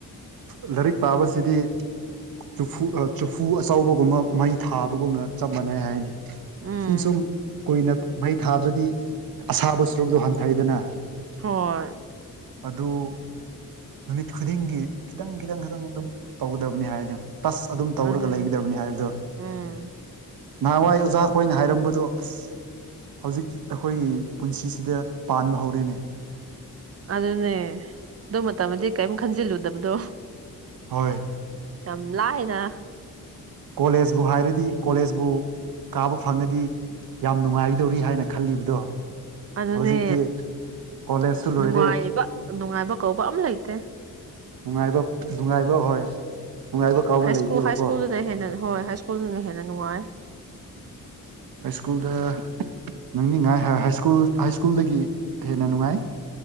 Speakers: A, on the right (about 80°); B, on the right (about 45°).
A: ꯂꯥꯏꯔꯤꯛ ꯄꯥꯕꯁꯤꯗꯤ ꯆꯨꯐꯨ ꯆꯨꯐꯨ ꯑꯆꯧꯕꯕꯒꯨꯝꯕ ꯃꯩ ꯊꯥꯕꯒꯨꯝꯅ ꯆꯞ ꯃꯥꯟꯅꯩ ꯍꯥꯏꯅꯤ
B: ꯎꯝ
A: ꯁꯨꯝ ꯁꯨꯝ ꯀꯣꯏꯅ ꯃꯩ ꯊꯥꯗ꯭ꯔꯗꯤ ꯑꯁꯥꯕꯨ ꯁꯨꯔꯣꯛꯁꯨ ꯍꯟꯊꯩꯗꯅ
B: ꯍꯣꯏ
A: ꯑꯗꯨ ꯅꯨꯃꯤꯠ ꯈꯨꯗꯤꯡꯒꯤ ꯈꯤꯇꯪ ꯈꯤꯇꯪ ꯈꯤꯇꯪ ꯑꯗꯨꯝ ꯇꯧꯒꯗꯕꯅꯤ ꯍꯥꯏꯗꯤꯝ ꯇꯁ ꯑꯗꯨꯝ ꯇꯧꯔꯒ
B: ꯑꯗꯨꯅꯦ
A: ꯂꯩꯒꯗꯕꯅꯤ ꯍꯥꯏꯕꯗꯣ
B: ꯎꯝ
A: ꯅꯍꯥꯟꯋꯥꯏ ꯑꯣꯖꯥꯈꯣꯏꯅ ꯍꯥꯏꯔꯝꯕꯗꯣ ꯑꯁ ꯍꯧꯖꯤꯛ ꯑꯩꯈꯣꯏꯒꯤ ꯄꯨꯟꯁꯤꯁꯤꯗ ꯄꯥꯟꯕ ꯍꯧꯔꯦꯅꯦ
B: ꯑꯗꯨꯅꯦ ꯑꯗꯨ ꯃꯇꯝꯗꯤ ꯀꯔꯤꯝ ꯈꯟꯖꯤꯜꯂꯨꯗꯕꯗꯣ
A: ꯍꯣꯏ
B: ꯌꯥꯝ ꯂꯑꯗ
A: ꯀꯣꯂꯦꯖꯄꯨ ꯍꯥꯏꯔꯗꯤ ꯀꯣꯂꯦꯖꯄꯨ ꯀꯥꯕ ꯐꯪꯉꯗꯤ ꯌꯥꯝ ꯅꯨꯡꯉꯥꯏꯗꯧꯔꯤ ꯍꯥꯏꯅ ꯈꯜꯂꯤꯕꯗꯣ
B: ꯑꯗꯨꯅꯦ
A: ꯍꯧꯖꯤꯛꯇꯤ ꯀꯣꯂꯦꯖꯁꯨ ꯂꯣꯏꯔꯦ
B: ꯅꯨꯡꯉꯥꯏꯕ ꯅꯨꯡꯉꯥꯏꯕ ꯀꯧꯕ ꯑꯃ ꯂꯩꯇꯦ
A: ꯅꯨꯡꯉꯥꯏꯕ ꯅꯨꯡꯉꯥꯏꯕ ꯍꯣꯏ ꯅꯨꯡꯉꯥꯏꯕ ꯀꯥꯎꯕ
B: ꯍꯥꯏ
A: ꯂꯩꯇꯦꯕꯀꯣ
B: ꯁ꯭ꯀꯨꯜ ꯍꯥꯏ ꯁ꯭ꯀꯨꯜꯗꯅ ꯍꯦꯟꯅ ꯍꯣꯏ ꯍꯥꯏ ꯁ꯭ꯀꯨꯜꯗꯅ ꯍꯦꯟꯅ ꯅꯨꯡꯉꯥꯏ
A: ꯍꯥꯏ ꯁ꯭ꯀꯨꯜꯗ ꯅꯪꯅꯤꯡꯉꯥꯏ ꯁꯀꯨ ꯍꯥꯏ ꯁ꯭ꯀꯨꯜꯗꯒꯤ ꯍꯦꯟꯅ ꯅꯨꯡꯉꯥꯏ